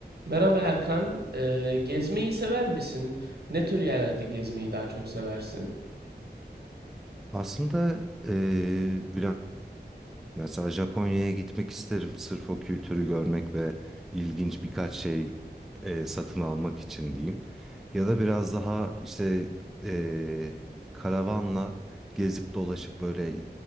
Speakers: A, on the right (about 65°); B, in the centre.
A: Merhaba Erkan. Ee, gezmeyi sever misin? Ne tür yerlerde gezmeyi daha çok seversin?
B: Aslında eee, biraz mesela Japonya'ya gitmek isterim. Sırf o kültürü görmek ve ilginç birkaç şey eee, satın almak için diyeyim. Ya da biraz daha işte eee, karavanla gezip dolaşıp böyle